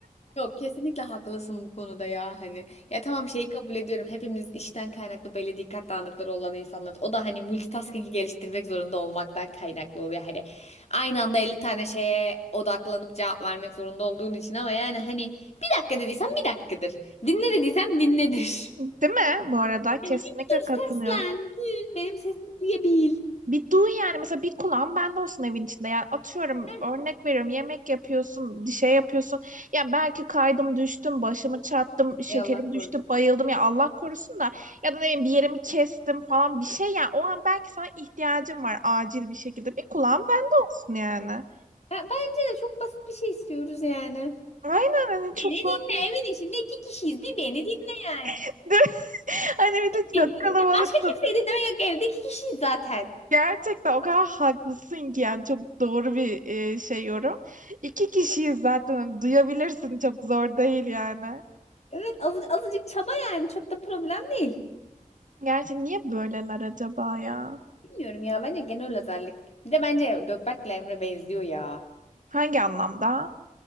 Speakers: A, on the left; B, on the right.
A: Yok kesinlikle haklısın bu konuda ya hani. Ya tamam şeyi kabul ediyorum. Hepimiz işten kaynaklı böyle dikkat dağınıkları olan insanlar. O da hani multitasking'i geliştirmek zorunda olmaktan kaynaklı oluyor. Hani aynı anda 50 tane şeye odaklanıp cevap vermek zorunda olduğun için ama yani hani bir dakika dediysem bir dakikadır. Dinle dediysem dinledir.
B: <laughs> Değil mi? Bu arada kesinlikle
A: Yani bir dur
B: katılıyorum.
A: seslen. Duy, benim sesimi duyabil.
B: Bir duy yani mesela bir kulağın bende olsun evin içinde. Yani atıyorum
A: Heh.
B: örnek veriyorum yemek yapıyorsun, bir şey yapıyorsun. Ya belki kaydım düştüm, başımı çarptım, şekerim
A: Ey Allah korusun.
B: düştü, bayıldım ya Allah korusun da ya da ne bileyim bir yerimi kestim falan bir şey yani o an belki sana ihtiyacım var acil bir şekilde. Bir kulağın bende olsun yani.
A: Ya Bence de çok basit bir şey istiyoruz yani.
B: Aynen hani çok
A: Beni
B: zor
A: dinle
B: değil.
A: evin içinde iki kişiyiz. Bir beni dinle yani.
B: <laughs> Hani bir de
A: Beni
B: çok
A: dinle.
B: kalabalık
A: Başka kimseyi dinleme yok evde iki kişiyiz zaten.
B: Gerçekten o kadar haklısın ki yani çok doğru bir e, şey yorum. İki kişiyiz zaten hani duyabilirsin çok zor değil yani.
A: Evet azı- azıcık çaba yani çok da problem değil.
B: Gerçi niye böyleler acaba ya?
A: Bilmiyorum ya bence genel özellik. Bir de bence Gökberk'le Emre benziyor ya.
B: Hangi anlamda?